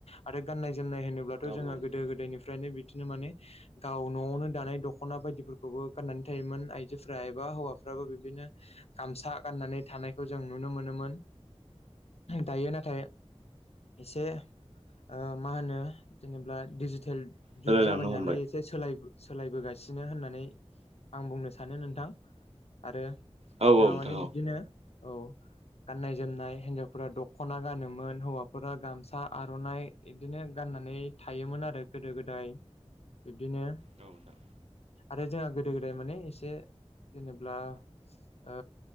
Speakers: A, on the left; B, on the right.
A: आरो गाननाय जोमनाय होनोब्लाथ'
B: औ
A: जोंङो
B: नोंथां
A: गोदो गोदायनिफ्रायनो बि दिनो माने गाव न'आवनो दानाय दख'ना बायदिफोरखौबो गाननानै थायोमोन आइजोफ्रा एबा हौवाफ्रा। रावबो बिबदिनो गामसा गाननानै थानायखौ जों नुनो मोनोमोन। दायो नाथाय। एसे ओ मा होनो जेनेब्ला दिजिटेल।
B: सोलायलांनो
A: जुग जाबाय नालाय
B: हमबाय
A: एसे सोलायबो। सोलायबोगासिनो होननानै आं बुंनो सानो नोंथां आरो
B: औ
A: जोंहा
B: औ नोंथां
A: माने
B: औ
A: बिबदिनो औ गाननाय जोमनाय हिनजावफोरा दख'ना गानोमोन हौवा। फोरा गामसा आर'नाइ बिदिनो गाननानै थायोमोन आरो गोदो गोदाय। बिदिनो
B: नोंथां
A: आरो जोंहा गोदो गोदाय माने एसे जेनेब्ला। ओ